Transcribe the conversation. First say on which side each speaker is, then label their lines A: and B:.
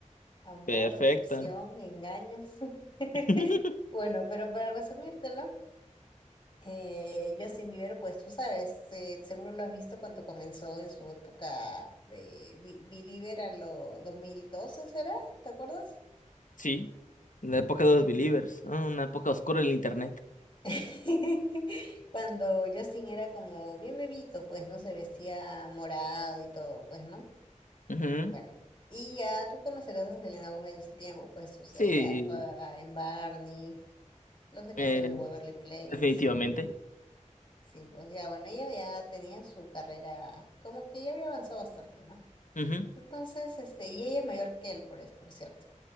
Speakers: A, on the left; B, on the left.
A: Amor,
B: Perfecta.
A: decepción, engaños. <laughs>
B: <laughs>
A: Bueno, pero para resumírtelo, eh, Justin Bieber, pues tú sabes, eh, seguro lo has visto cuando comenzó en su época de Bi- Belieber a lo dos mil doce ¿será? ¿Te acuerdas?
B: Sí. La época de los
A: Mm.
B: believers, ¿no? Una época oscura del internet.
A: <laughs> Cuando Justin era como bien bebito, pues no se vestía morado y todo, pues, ¿no?
B: Ujú, ujú.
A: Bueno, y ya tú conocerás a Selena Gómez de ese tiempo, pues o sea,
B: Sí,
A: ella actuaba en Barney, Los Hechiceros
B: eh,
A: de Waverly Place.
B: definitivamente.
A: Sí, pues ya, bueno, ella ya tenía su carrera, como que ya había avanzado bastante, ¿no?
B: Ujú.
A: Entonces, este, y ella es mayor que él, por, es- por cierto.